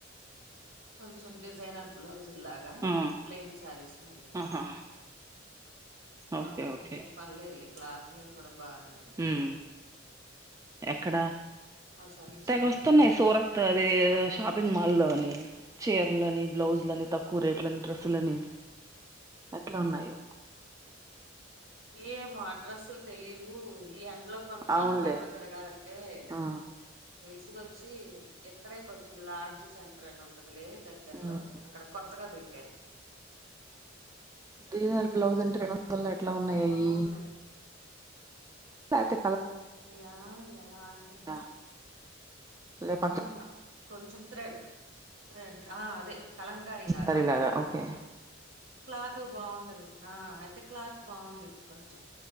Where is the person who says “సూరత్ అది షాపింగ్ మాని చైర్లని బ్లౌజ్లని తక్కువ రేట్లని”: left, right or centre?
Right